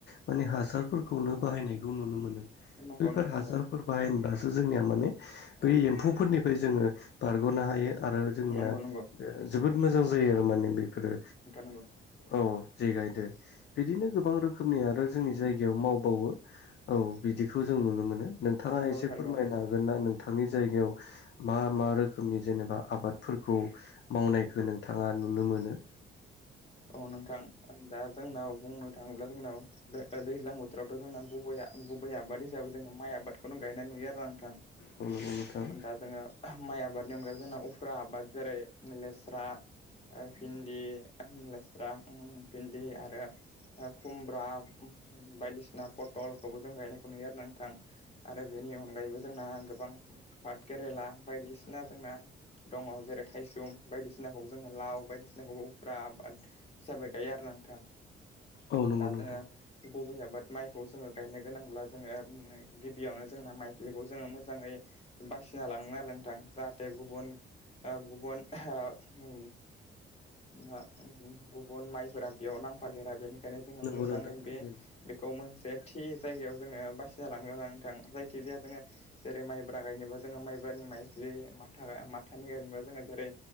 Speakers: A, on the left; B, on the left.
A: माने हासारफोरखौनो बाहायनायखौ नुनो मोनो
B: नंगौ
A: बेफोर
B: नंगौ नोंथां
A: हासारफोर
B: नंगौ
A: बाहायबा जोंनिया माने बै एम्फौफोरनिफ्राय जोङो बारग'नो हायो आरो जोंनिया
B: नंगौ
A: ओ
B: नोंथां नंगौ नोंथां नंगौ नंगौ नोंथां
A: जोबोद मोजां जायो आरो माने बेफोरो
B: नंगौ
A: औ जे गायदो बिदिनो गोबां रोखोमनि आरो जोंनि जायगायाव मावबावो औ बिदिखौ जों नुनो मोनो नोंथाङा
B: नंगौ
A: एसे
B: नोंथां
A: फोरमायनो
B: नंगौ
A: हागोन ना नोंथांनि जायगायाव मा मा रोखोम रोखोमनि जेनेबा आबादफोरखौ मावनायखौ नोंथाङा नुनो मोनो।
B: अ नोंथां दा जोंनाव बुंनो थाङोब्ला जोंनाव दैज्लां बोथोरावथ' जोंना गुबैया गुबै आबाद हिसाबै जोङो माइ आबादखौनो गायनाय नुयो आरो आंथां
A: औ नंगौ नोंथां
B: दा जोङो माइ आबादनि अनगायै जोंना उफेरा आबाद जेरै लेस्रा भिन्दि लेस्रा ओ भिन्दि आरो खुमब्रा बायदिसिना भलखौबो जों गायनायखौ नुयो आरो नांथां आरो बेनि अनगायैबो जोंना गोबां पाट केरेला बायदिसिना जोंना दङ जेरै थाइसुम बायदिसिनाखौबो जोङो लाव बायदिसिनाखौबो <inaudible> आबाद हिसाबै गायो आरो ना नोंथां
A: औ नंगौ
B: दा
A: नोंथां
B: जोङो गुबै आबाद माइखौ जोङो गायनो गोनांब्ला जोङो गिबियावनो जोंना माइफ्लिखौ जोङो मोजाङै बायसिना लानांगोन आरो नोंथां जाहाथे गुबुन ओ गुबुन ओ <inaudible> गुबुन माइफोरा बेयाव नांफादेरा बेनिखायनो बेखायनो जोङो
A: नंगौ
B: मोजाङै
A: नोंथां
B: बे
A: थारैनो
B: बेखौ जे थि जायगायाव जोङो बासिना लानो नोंथां जायखिजाया जोङो जेरै माइब्रा गायनोबा जोङो माइ माइब्रानि माइज्लि माथा माथानि गायनोबख जोङो जेरै